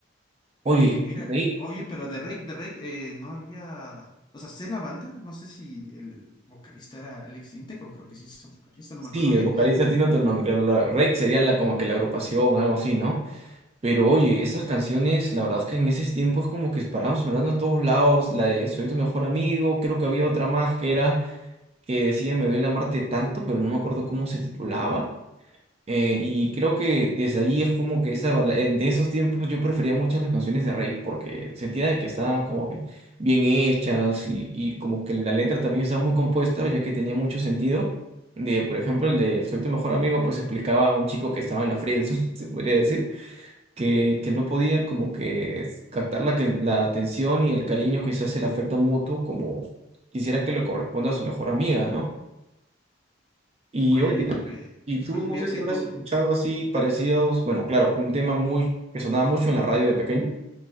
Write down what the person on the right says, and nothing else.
Oye,
Rey,
sí,
el vocalista tiene otro nombre, claro, la- Rey sería la, como que la agrupación, algo así, ¿no? Pero oye, esas canciones, la verdad es que en esos tiempos como que paraban sonando a todos lados, la de Soy tu mejor amigo, creo que había otra más que era que decía Me duele amarte tanto, pero no me acuerdo cómo se titulaba. Eh, y creo que desde ahí es como que esa, bala- en de esos tiempos yo prefería muchas las canciones de Rake porque sentía de que estaban como que bien hechas y, y como que la letra también estaba muy compuesta ya que tenía mucho sentido. De, por ejemplo, el de Soy tu mejor amigo pues explicaba a un chico que estaba en la friendzone, <laughs> se podría decir que, que no podía como que s- captar la, que- la atención y el cariño, quizás el afecto mutuo, como quisiera que le corresponda a su mejor amiga, ¿no? Y
oye,
y tú
no
sé si
habrás
escuchado así parecidos, bueno, claro, con un tema muy que sonaba mucho en la radio de pequeño.